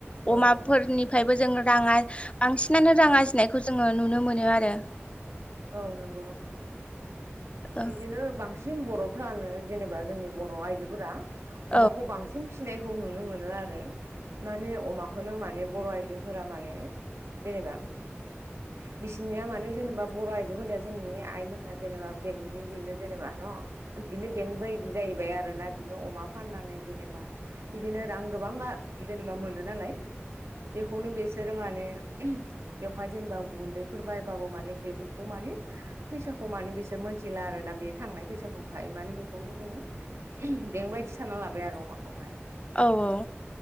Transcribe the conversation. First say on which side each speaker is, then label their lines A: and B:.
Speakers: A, on the right (about 85°); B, on the left (about 25°).
A: औ
B: अमाफोरनिफ्राय बोजों राङा बांसिनानो रां आरजिनायखौ जोङो नुनो मोनो आरो।
A: औ नंगौ नोंथां
B: ओ
A: बिदिनो बां सिन बर'फ्रानो जेनेबा जोंनि बर' आइजोफोरा
B: औ
A: अमाखौ बांसिन फिसि सिनायखौ नुनो मोनो आरो माने अमाखौनो माने बर' आइजोफोरा माने जेनेबा बिसिनिया माने जेनेबा बर' आइजोफोरनिया जोंनि आइमोनना जेनेबा बेंकनि बेनो जेनेबा न बिनो बेंक बायदि जाहैबाय आ रोना बिनो अमा फाननानै जेनेबा बिदिनो रां गोबाङा जेनेबा मोनो नालाय। बेखौनो बिसोरो माने बेवहाय जेनेबा गुन्दैफोर बायबाबो माने बे बेफोरखौ माने फैसाखौ माने बिसोर मोनथिला आरो ना बे थांनाय फैसाखौ हायो माने बेखौनो जोङो बेंकबायदि साना लाबाय आरो अमाखौहाय।
B: औ औ।